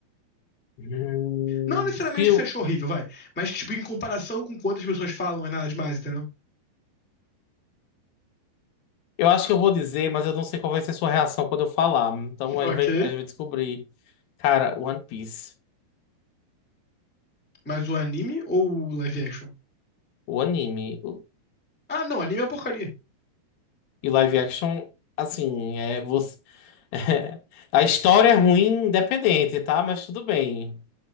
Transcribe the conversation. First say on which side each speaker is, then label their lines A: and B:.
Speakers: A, on the left; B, on the left.
A: Hum,
B: Não necessariamente
A: fio-
B: que você achou horrível, vai. Mas que, tipo, em comparação com quantas pessoas falam, é nada demais, entendeu?
A: Eu acho que eu vou dizer, mas eu não sei qual vai ser sua reação quando eu falar. Então
B: <laughs> Ok.
A: a gente vai, a gente vai descobrir. Cara, One Piece,
B: Mas o anime ou o live action?
A: o anime o-
B: Ah, não, anime é porcaria.
A: e live action, assim, é você. <laughs> a história é ruim, independente, tá? Mas tudo bem.